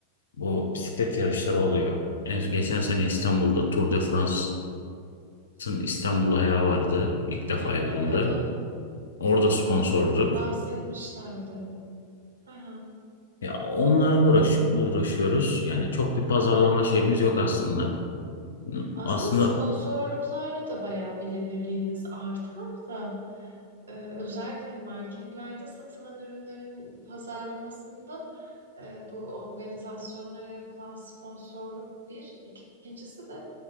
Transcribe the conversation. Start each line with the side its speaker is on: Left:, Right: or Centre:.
Left: bu bisiklet yarışları oluyor. En geçen sene İstanbul'da Tour de France'ın İstanbul ayağı vardı. İlk defa
Right: Ha
Left: yapıldı.
Right: ha evet on
Left: Orada
Right: e,
Left: sponsorduk.
Right: bahsetmişlerdi. Ha ha.
Left: Ya onlara uğraş uğraşıyoruz. Yani çok bir pazarlama şeyimiz yok aslında.
Right: Aslında
Left: Aslında
Right: sponsorluklarla da bayağı bilinirliğiniz artar da e, özellikle hani marketlerde satılan ürünlerin pazarlamasında e, bu organizasyonlara yapılan sponsorluk bir. İkincisi de